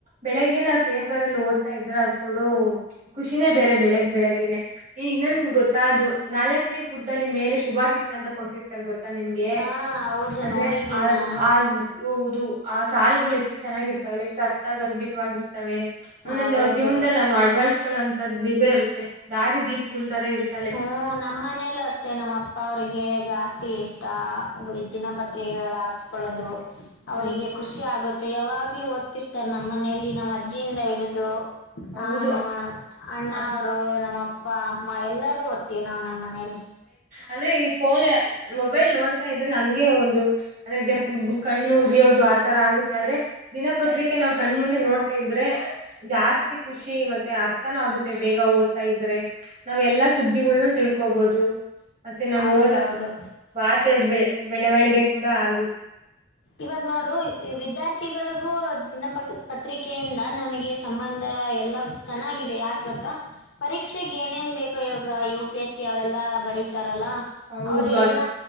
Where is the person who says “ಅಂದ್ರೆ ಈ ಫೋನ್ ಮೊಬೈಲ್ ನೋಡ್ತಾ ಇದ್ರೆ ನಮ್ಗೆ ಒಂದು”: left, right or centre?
Right